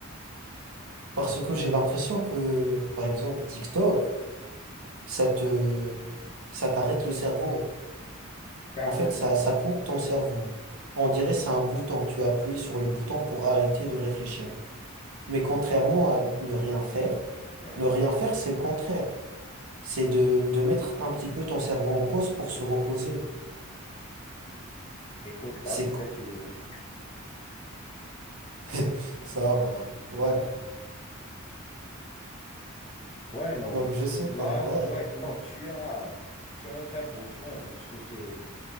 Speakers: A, on the right; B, on the left.
A: Parce que j'ai l'impression que, par exemple, TikTok, ça te, ça t'arrête le cerveau.
B: Carrément.
A: En fait, ça, ça coupe ton cerveau. On dirait c'est un bouton. Tu appuies sur le bouton pour arrêter de réfléchir. Mais contrairement à ne rien faire,
B: Ouais.
A: ne rien faire, c'est le contraire. C'est de, de mettre un petit peu ton cerveau en pause pour se reposer.
B: Écoute, là,
A: C'est
B: c'était
A: co-
B: philosophique.
A: <laughs> ça va. Ouais.
B: <laughs> Ouais, non.
A: Donc je sais pas.
B: Là,
A: Ouais.
B: ouais, non, tu as, tu as un très bon point hein, sur ce